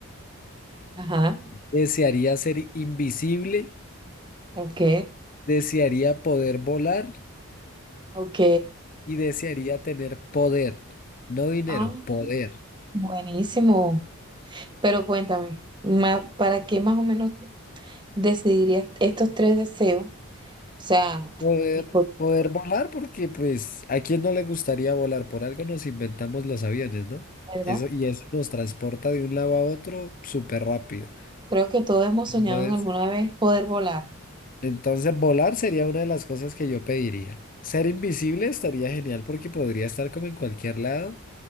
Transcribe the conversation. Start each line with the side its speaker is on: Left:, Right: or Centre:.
Right: Ajá.
Left: desearía ser invisible,
Right: Ok.
Left: desearía poder volar
Right: Ok.
Left: y desearía tener poder, no dinero,
Right: Ah,
Left: poder.
Right: buenísimo. Pero cuéntame, ma- ¿para qué más o menos decidirías estos tres deseos? O sea,
Left: Poder,
Right: hipo-
Left: poder volar, porque pues a quién no le gustaría volar, por algo nos inventamos los aviones, ¿no?
Right: ¿verdad?
Left: Eso, y eso nos transporta de un lado a otro súper rápido.
Right: Creo que todos hemos
Left: Entonces,
Right: soñado en alguna vez poder volar.
Left: entonces volar sería una de las cosas que yo pediría. Ser invisible estaría genial porque podría estar como en cualquier lado